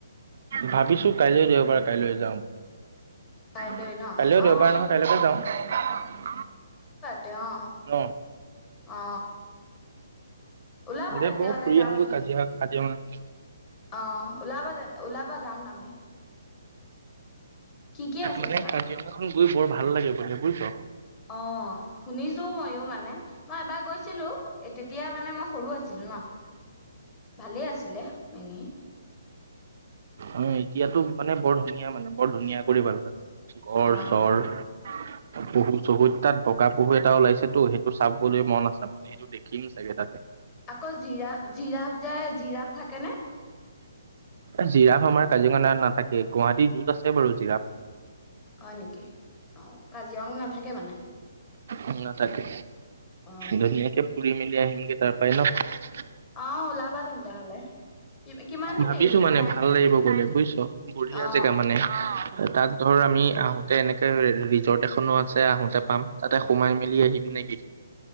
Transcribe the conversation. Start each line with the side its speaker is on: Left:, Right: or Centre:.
Right: ভাবিছো কাইলৈ দেওবাৰ কাইলৈ যাওঁ
Left: কাইলৈ ন
Right: কাইলৈ দেওবাৰ
Left: অ
Right: নহয় কাইলৈকে যাওঁ
Left: তেওঁ
Right: ন
Left: অ ওলাবা
Right: দে
Left: তেন্তে
Right: বৰ
Left: হলে
Right: ফুৰি
Left: যাম
Right: আহোগৈ
Left: আমি
Right: কাজিয়া কাজিৰঙা উম
Left: অ ওলাবা য ওলাবা যাম আমি কি কি আছেনো
Right: মানে
Left: তাত
Right: কাজিৰঙাখন গৈ বৰ ভাল ভাল লাগে বোলে বুজিছ
Left: অ শুনিছো মইয়ো মানে মই এবাৰ গৈছিলো তেতিয়া মানে মই সৰু আছিলো ন ভালেই আছিলে এনেই
Right: অ এতিয়াতো মানে বৰ ধুনীয়া মানে বৰ ধুনীয়া কৰি ভাল ভালে ঘৰ
Left: অ
Right: চৰ পহু-চহুৰ তাত বগা পহুৱ টা ওলাইছেতো, সেইটো চাবলৈ মন আছে মানে সেইটো দেখিম চাগে তাতে
Left: আকৌ জিৰা, জিৰাফ যে জিৰাফ থাকে নে?
Right: অজ জিৰাফ আমাৰ কাজিৰঙাত নাথাকে, গুৱাহাটীৰ জুত আছে বাৰু জিৰাফ।
Left: হয় নেকি, অ' কাজিৰঙ নাথাকে মানে?
Right: ওম নাথাকে
Left: অ
Right: ধুনীয়াকে ফুৰিম <unintelligible>
Left: অ' ওলাবা তেন্তে হলে, কি কিমাননো
Right: ভাবিছো
Left: দেৰি লাগিব
Right: মানে
Left: টাইম?
Right: ভাল লাগিব গ'লে বুজিছোঁ, বুঢ়িয়া
Left: অ
Right: জেগা মানে, অ'। তাত ধৰ আমি আহোতে এনেকে ৰিজৰ্ট এখনো আছে আহোতে পাম, তাতে সোমাই মেলি আহিম নেকি?